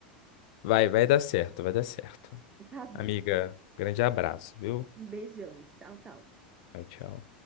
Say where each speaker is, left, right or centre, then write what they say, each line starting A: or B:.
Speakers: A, on the left; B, on the right.
A: Vai, vai dar certo, vai dar certo.
B: Tá bom.
A: Amiga, grande abraço, viu?
B: Um beijão. Tchau, tchau.
A: Tchau, tchau.